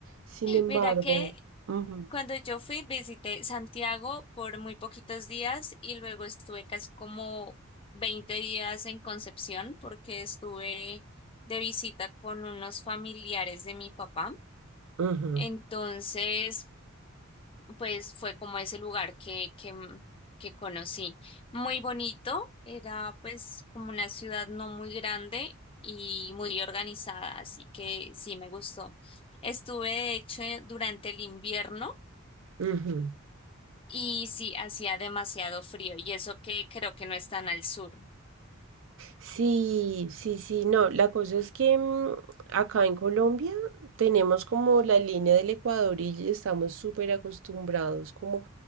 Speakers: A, on the right; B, on the left.
A: Sin embargo,
B: Mira que
A: ujú,
B: cuando yo fui visité Santiago por muy poquitos días y luego estuve casi como 20 días en Concepción porque estuve de visita con unos familiares de mi papá.
A: ujú,
B: Entonces, pues fue como ese lugar que, que, mm, que conocí. Muy bonito, era pues como una ciudad no muy grande y muy organizada, así que sí me gustó. Estuve de hecho eh, durante el invierno
A: ujú.
B: y sí hacía demasiado frío y eso que creo que no es tan al sur.
A: Sí, sí, sí, no, la cosa es que mm, acá en Colombia tenemos como la línea del Ecuador y estamos súper acostumbrados como